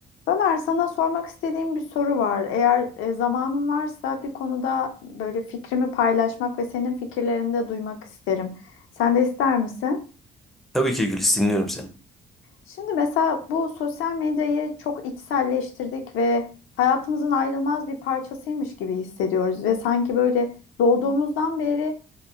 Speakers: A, on the left; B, in the centre.
A: Ömer, sana sormak istediğim bir soru var. Eğer e, zamanın varsa bir konuda böyle fikrimi paylaşmak ve senin fikirlerini de duymak isterim. Sen de ister misin?
B: Tabii ki Gülis dinliyorum seni.
A: Şimdi mesela bu sosyal medyayı çok içselleştirdik ve hayatımızın ayrılmaz bir parçasıymış gibi hissediyoruz ve sanki böyle doğduğumuzdan beri